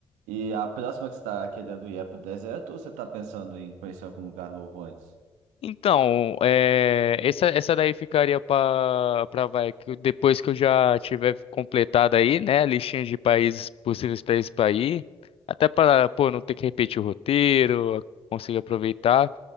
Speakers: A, on the right; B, on the left.
A: E a próxima que você tá querendo ir é pro deserto ou você está pensando em conhecer algum lugar novo antes?
B: Então, é, essa, essa daí ficaria para para vai que depois que eu já tiver completado aí, né, a listinha de países possíveis países para ir, até para, pô, não ter que repetir o roteiro, conseguir aproveitar.